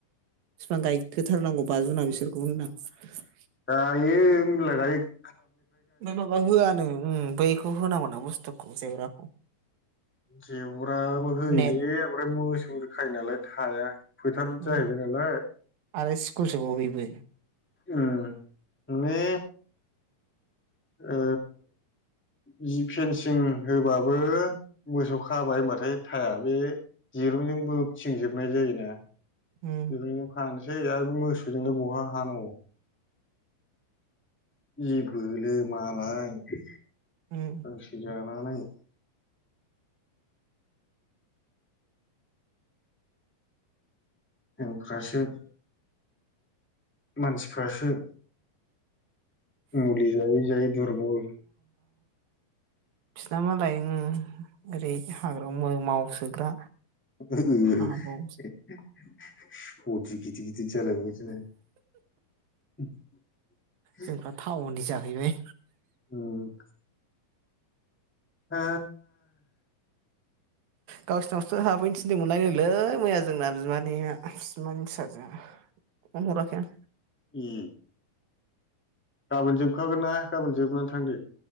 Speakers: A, on the right; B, in the centre.
A: बिफां गायहोथारनांगौ बा जुुन नाव बिसोरखौबो होनदां।
B: दायो <unintelligible> लाइक
A: बे माबा होआ नो उम ओमफाय खु होनांगौ ना बुस्थुखौ जेवराखौ।
B: जेवराबो होयोलै
A: नेट
B: ओमफ्राय मोसौ खायोनालाय थाया। फोथार जाहैबाय
A: उम
B: नालाय
A: आरो स्कुलसोबाव बेबो
B: उम माने, ओ जि फेनसिं होबाबो मोसौ खाबाय होनबाथाय थायारनि दिरुंजोंबो थिंजोबनाय जायोना।
A: उम
B: बेफोरखौ खानो सै आरो मोसौजोंनो बहा हानांगौ, जिबो लोमालाय <unintelligible>
A: उम
B: मा नायनो? <unintelligible> मानसिफ्रासो मुलि जायै जायै दुरबल
A: बिसिना मालाय उम ओरै हाग्रायाव मावसोग्रा
B: <unintelligible>
A: हाबाव
B: <unintelligible> <unintelligible>
A: जोंफ्रा टाउननि जाहैबाय
B: उम ओ
A: गावस्रानावसो हाबैनो थिनदोंमोन लां लै मैया जोंना बिमानैया सिमानि फिसाजोआ फन हराखै आं।
B: ए गाबोन जोबखागोन ना गाबोन जोबनानै थांदो,